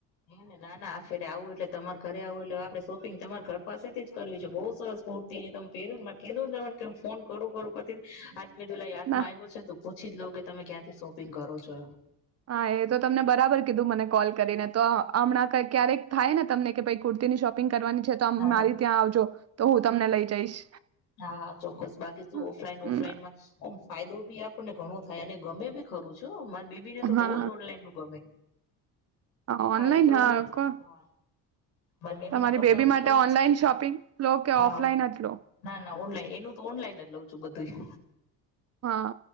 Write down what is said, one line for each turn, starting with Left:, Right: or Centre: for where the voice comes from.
Left: હેને, ના ના આ ફેરે આવું એટલે તમાર ઘરે આવું એટલે આપણે શોપિંગ તમારે ઘર પાસેથી જ કરવી છે. બહુ સરસ કુર્તી ને તમે પેરુ ને મ એવું લેવાનું કે હુ ફોન કરું કરું પરથી આજ મેકુ લા હયાથ
Right: ના
Left: માં આવ્યો છે તો પૂછી જ લવ કે તમે ક્યાંથી શોપિંગ કરો છો?
Right: હા એ તો તમને બરાબર કીધું મને કોલ કરીને તો, હમણાં કય ક્યારેક થાય ને તમને કે કુર્તીની શોપિંગ કરવાની છે તો
Left: હા
Right: મારી
Left: હા
Right: ત્યાં આવજો, તો હું તમને લઈ જઈશ
Left: હા ચોક્કસ. બાકી શું
Right: હમ,
Left: ઓફલાઈન ઓફલાઈનમાં ફાયદો બી આપણે ઘણો થાય, અને ગમે બી ખરું છે બેબી ને તો બહુ
Right: હા
Left: જ ઓનલાઈન નું ગમે.
Right: હા ઓનલાઈન
Left: એ તો
Right: હા
Left: એમ જ
Right: કો
Left: હા મારી
Right: તમારી
Left: ના કપડા
Right: બેબી
Left: હું
Right: માટે
Left: લઉં
Right: ઓનલાઈન
Left: જ
Right: શોપિંગ લો કે
Left: હા
Right: ઓફલાઈન જ લો
Left: ના ના ઓનલાઈન, એનું તો ઓનલાઈન જ લઉં છું બધું એ.
Right: હા